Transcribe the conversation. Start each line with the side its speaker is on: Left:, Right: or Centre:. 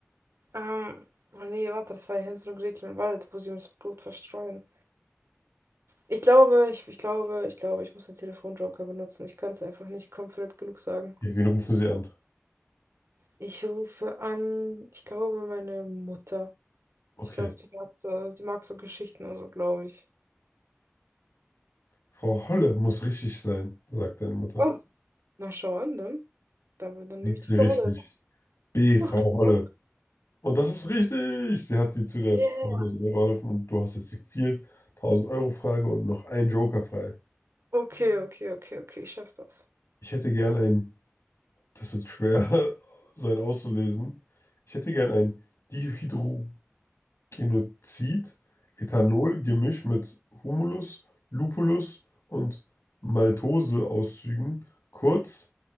Right: ähm, oh nee, warte, das war ja Hänsel und Gretel im Wald, wo sie das Blut verstreuen. Ich glaube, ich, ich glaube, ich glaube, ich muss den Telefonjoker benutzen. Ich kann es einfach nicht confident genug sagen.
Left: Okay, wen rufen Sie an?
Right: Ich rufe an, ich glaube, meine Mutter.
Left: Okay.
Right: Ich glaube, die mag so, die mag so Geschichten und so, glaube ich.
Left: Frau Holle muss richtig sein, sagt deine Mutter.
Right: Oh, na schau an, dann. Dann, dann
Left: Liegt
Right: nehme ich die
Left: sie
Right: Frau
Left: richtig?
Right: Holle.
Left: B. Frau
Right: Oh, klar.
Left: Holle. Und das ist richtig. Sie hat dir zu der
Right: Yeah.
Left: 2000 Euro geholfen und du hast jetzt die 4000 Euro Frage und noch einen Joker frei.
Right: Okay, okay, okay, okay, ich schaff das.
Left: Ich hätte gern ein, das wird schwer <laughs> sein auszulesen. Ich hätte gern ein Dihydro Genozid, Ethanol-Gemisch mit Humulus, Lupulus und Maltose-Auszügen, kurz